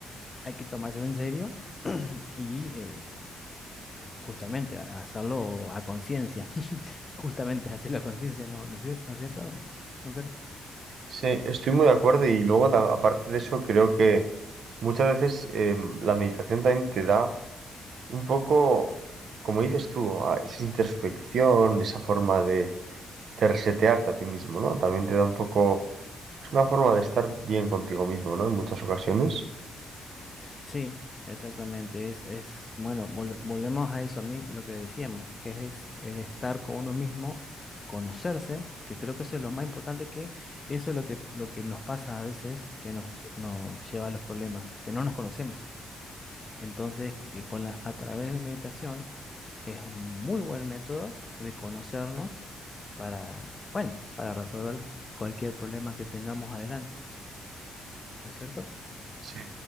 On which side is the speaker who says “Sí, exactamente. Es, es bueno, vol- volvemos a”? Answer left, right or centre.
Left